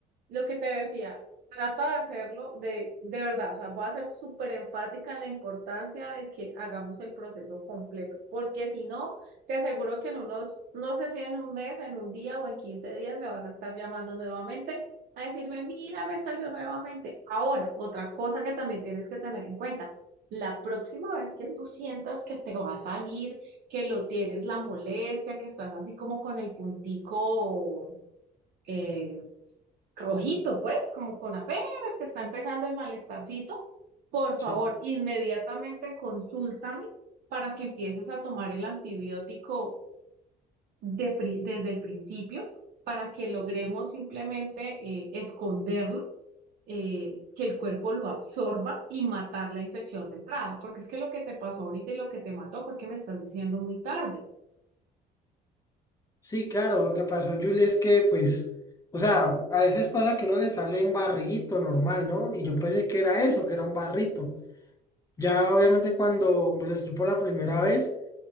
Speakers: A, on the right; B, on the left.
A: lo que te decía, trata de hacerlo de, de verdad, o sea, voy a ser súper enfática en la importancia de que hagamos el proceso completo, porque si no, te aseguro que en unos, no sé si en un mes, en un día o en 15 días me vas a estar llamando nuevamente a decirme, mira, me salió nuevamente. Ahora, otra cosa que también tienes que tener en cuenta. La próxima vez que tú sientas que te va a salir, que lo tienes la molestia, que estás así como con el puntico eh, rojito, pues, como con apenas que está empezando el malestarcito, por favor,
B: Sí,
A: inmediatamente consúltame para que empieces a tomar el antibiótico de pri- desde el principio, para que logremos simplemente eh, esconderlo, eh, que el cuerpo lo absorba y matar la infección de entrada, porque es que lo que te pasó ahorita y lo que te mató fue que me estás diciendo muy tarde.
B: sí, claro, lo que pasó, Julie, es que pues, o sea, a veces pasa que uno le sale un barrito normal, ¿no? Y yo pensé que era eso, que era un barrito. Ya obviamente cuando me lo estripó la primera vez,